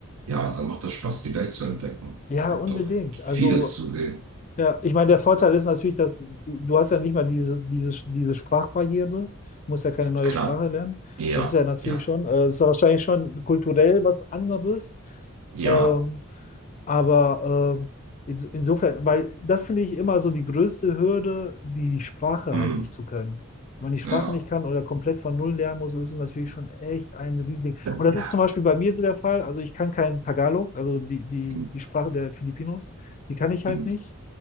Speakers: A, on the right; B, on the left.
A: ja, dann macht das Spaß, die Welt zu entdecken.
B: Ja,
A: Es gibt
B: unbedingt.
A: doch vieles
B: Also,
A: zu sehen.
B: ja, ich meine, der Vorteil ist natürlich, dass du hast ja nicht mal diese, diese, diese Sprachbarriere, du musst ja keine neue
A: Klar.
B: Sprache lernen.
A: Ja,
B: Das ist ja natürlich
A: ja,
B: schon, äh, das ist ja wahrscheinlich schon kulturell was anderes.
A: ja,
B: Ähm, aber ähm, ins- insofern, weil das finde ich immer so die größte Hürde, die, die Sprache
A: hm,
B: halt nicht zu können. Wenn man die Sprache
A: ja,
B: nicht kann oder komplett von Null lernen muss, ist es natürlich schon echt ein Riesending. Und das
A: ja.
B: ist zum Beispiel bei mir so der Fall. Also ich kann kein Tagalog, also die, die,
A: Hm,
B: die Sprache der Filipinos, die kann ich
A: hm.
B: halt nicht